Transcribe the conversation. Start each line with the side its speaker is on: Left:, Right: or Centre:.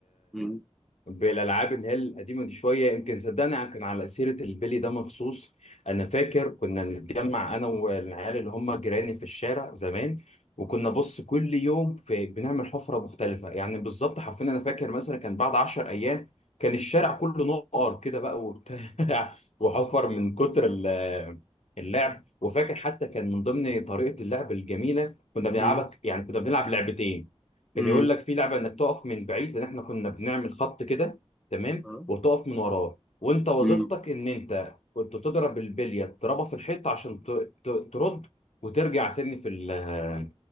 Centre: <laughs> مم.
Left: بالالعاب اللي هي القديمه دي شويه يمكن صدقني كان على سيره البلي ده مخصوص انا فاكر كنا نتجمع انا والعيال اللي هم جيراني في الشارع زمان وكنا بص كل يوم في بنعمل حفره مختلفه يعني بالظبط حرفيا انا فاكر مثلا كان بعد 10 ايام كان الشارع كله نقر كده بقى وبتاع <laughs> وحفر من كتر ال- اللعب وفاكر حتى كان من ضمن طريقه اللعب الجميله كنا بنلعبها
Centre: مم.
Left: يعني كنا بنلعب لعبتين
Centre: مم.
Left: كان يقول لك في لعبه انك تقف من بعيد لان احنا كنا بنعمل خط كده تمام
Centre: اه
Left: وتقف من وراه وانت وظيفتك
Centre: مم.
Left: ان انت كنت تضرب البليه تضربها في الحيط عشان ت- ت- ترد وترجع تاني في ال-